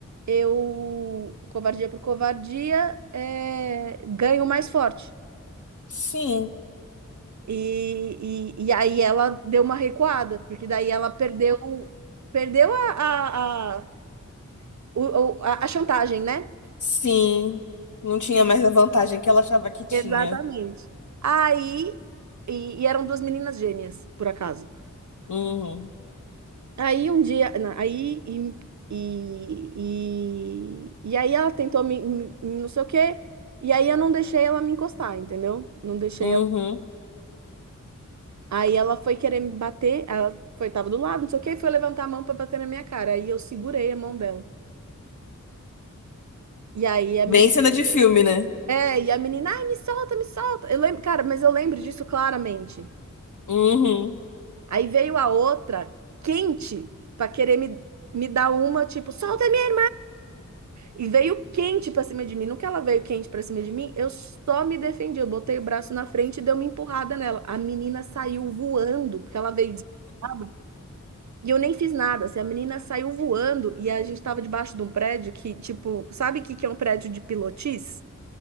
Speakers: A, on the right; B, on the left.
A: Eu, covardia por covardia, é, ganho mais forte.
B: sim.
A: E, e, e aí ela deu uma recuada, porque daí ela perdeu, perdeu a, a, a, o- o- a, a chantagem, né?
B: Sim, não tinha mais a vantagem que ela achava que tinha.
A: Exatamente. Aí, e, e eram duas meninas gêmeas, por acaso.
B: Uhum,
A: Aí um dia, na- aí e, e, e, e aí ela tentou me, me- me não sei o quê, e aí eu não deixei ela me encostar, entendeu? Não deixei
B: uhum.
A: ela. Aí ela foi querer me bater, ela foi, tava do lado, não sei o quê, e foi levantar a mão pra bater na minha cara. Aí eu segurei a mão dela. E aí a
B: Bem
A: menina,
B: cena de filme, né?
A: é, e a menina, ai, me solta, me solta. Eu lembro, cara, mas eu lembro disso claramente.
B: Uhum.
A: Aí veio a outra, quente, pra querer me, me dar uma, tipo, solta a minha E veio quente pra cima de mim. No que ela veio quente pra cima de mim, eu só me defendi. Eu botei o braço na frente e dei uma empurrada nela. A menina saiu voando, porque ela veio desesperada. E eu nem fiz nada. Assim, a menina saiu voando e a gente tava debaixo de um prédio que, tipo, sabe o que que é um prédio de pilotis?